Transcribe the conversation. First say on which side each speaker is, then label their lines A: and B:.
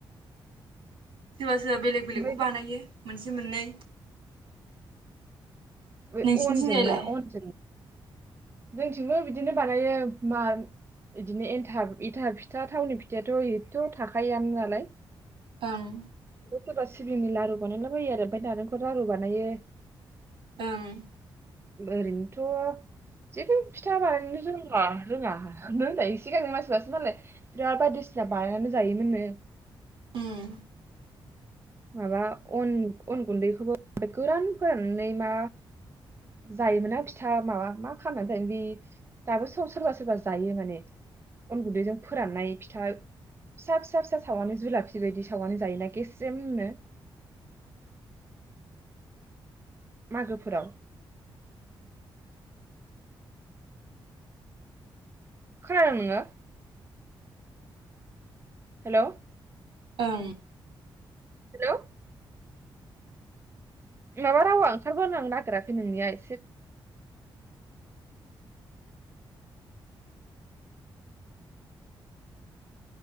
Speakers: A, on the right; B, on the right.
A: सोरबा सोरबा बेलेग
B: ओमफ्राय
A: बेलेगबो
B: बे
A: बानायो मोनसे मोननै
B: बे
A: नसिनि
B: अनजों
A: थिं जाय लाय?
B: ना अनजों जोंथिंबो बिदिनो बानायो मा बिदिनोथ इथा फिथा थावनि फिथायाथ' एथ' थाखायोआनो नालाय
A: ओं
B: ओमफ्राय सोरबा सिबिंनि लारु बानायला बायो आरो ओमफ्राय नारेंखर लारु बानायो
A: ओं
B: ओरैनोथ' जेबो फिथा बानायनो रोंला रोङानो होनबाय सिगांनो मानसिबासो मालाय बिराद बायदिसिना बानायनानै जायोमोननो
A: उम
B: माबा अन अन गुन्दैखौबो गोरान फोराननानै मा जायोमोन ना फिथा माबा मा खालामनानै थायोन बे दाबो सम सोरबा सोरबा जायो माने अन गुन्दैजों फोराननाय फिथा फिसा फिसा फिसा सावनानै जुलाफि बायदि सावनानै जायोना गेस स्रेमनो मागोफोराव खोनादों नोङो हेल'
A: ओं
B: हेल' माबा रावा ओंखारबोनो नागेराखै नोंनिया एसे